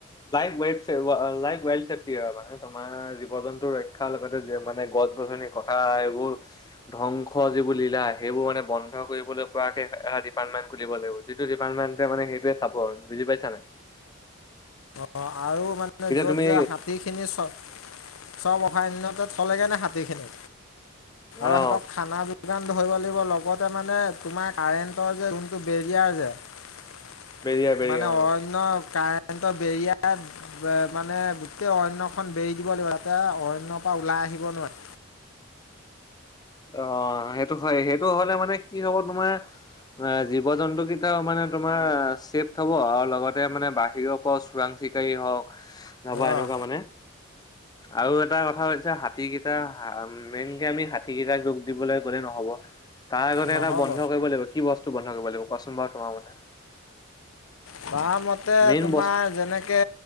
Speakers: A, on the left (about 20°); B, on the left (about 85°).
A: ল ৱেল্ড চেফটি হয় মানে তোমাৰ জীৱ জন্তু ৰক্ষাৰ লগতে মানে গছ গছনি কথা এইবোৰ ধ্বংস যি বুলি সেইবোৰ মানে বন্ধ কৰিবলৈ পৰাকে এটা ডিপাৰ্টমেণ্ট খুলিব লাগিব। যিটো ডিপাৰ্টমেণ্টে মানে সেইটোৱে চাব। বুজি পাইছানে?
B: অ'। মানে য'ত
A: তুমি
B: যোৱা হাতীখিনি চ-চব অসাহনতে থ'লেগৈনে হাতীখিনি। আৰু
A: অ
B: সিহঁতক খানা যোগান ধৰিব লাগিব। লগতে মানে তোমাৰ কাৰেণ্টৰ যে যোনটো বেৰিয়াৰ যে
A: বেৰিয়া বেৰিয়া
B: মানে
A: অ
B: অৰণ্য কাৰেণ্টৰ বেৰিয়া মানে গোটেই অৰণ্যখন বেৰি দিব লাগিব, যাতে অৰণ্যৰ পৰা ওলাই আহিব নোৱাৰে।
A: <inaudible> অ', সেইটো হয়। সেইটো হ'লে মানে কি হ'ব তোমাৰ অ', জীৱ জন্তু কেইটাও মানে তোমাৰ চছেফ হ'ব আৰু লগতে মানে বাহিৰৰ পৰা চোৰাং চ চিকাৰী হওঁক নহ'বা এনেকুৱা
B: অঁ
A: মানে। আৰু এটা কথা হৈছে হাতী কেইটা হা-ম মেইনকে আমি হাত- সিকেইটাক দোষ দিবলৈ গ'লে নহব। তাৰ আগতে
B: নহ'ব
A: এটা বন্ধ কৰিব লাগিব, কি বস্তু বন্ধ কৰিব লাগিব, কোৱাচোন তোমাৰ মতে?
B: মোৰ মতে
A: মেইন
B: তোমাৰ
A: বস্তু
B: যেনেকে